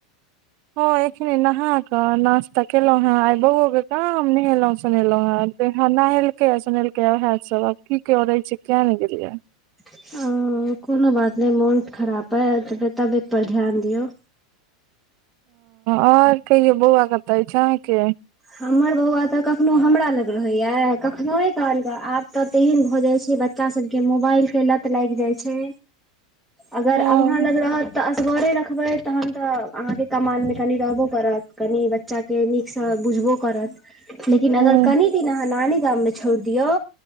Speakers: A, on the right; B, in the centre.
A: ह एखनी नहा क नास्ता केलो हे आइ बौओ के काम नहेलों सुोनेलहुं हे तहाँ नहेलकै आ सुनेलकेह सब आब की करे छै किया ने गेलिये
B: ओ कोनो बात ने मोन खराप ह तबियत पर ध्यान दियऔ
A: आओर कहियो बौआ कते छै अहाँके
B: हमर बौआ तऽ कखनो हमरा लग रहैया कखनो कालक आब तऽ तेहन भऽ जाइत छै बच्च बच्चा सब के मोबाइल के लत लागि जाय छै
A: <inaudible> हँ
B: अगर अब अहाँ लग रहत तऽ असगरे रखबै तहन तऽ अहाँके कमानमे कनि रहबो करत कनि बच्चाके नीकसँ बुझवो करत लेकिन
A: हँ
B: अगर कनी दिन अहाँ नानी गाम मे छोड़ी दियो